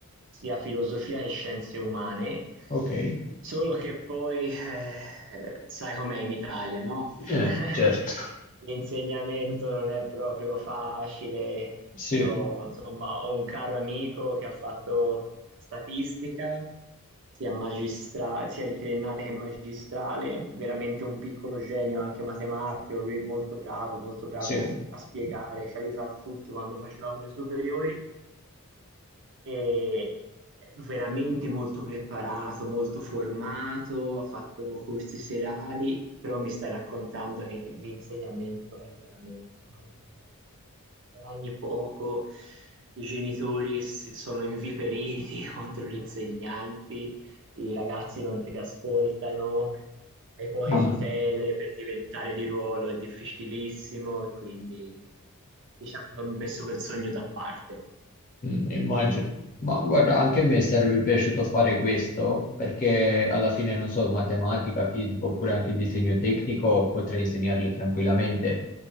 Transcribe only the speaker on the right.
sia filosofia che scienze umane,
solo che poi eh, sai com'è in Italia, no?
<laughs>
L'insegnamento non è proprio facile,
io, insomma, ho un caro amico che ha fatto statistica, sia magistrale, sia di triennale che magistrale, veramente un piccolo genio anche matematico, lui è molto bravo, molto bravo
a spiegare, ci ha aiutato tutti quando facevamo le superiori e veramente molto preparato, molto formato, ha fatto corsi serali però mi stai raccontando che l'insegnamento è veramente complicato, guarda, tu guadagni poco, i genitori si- sono inviperiti <laughs> contro gli insegnanti, i ragazzi non ti ascoltano, hai poche
tutele per diventare di ruolo, è difficilissimo e quindi diciamo che ho messo quel sogno da parte.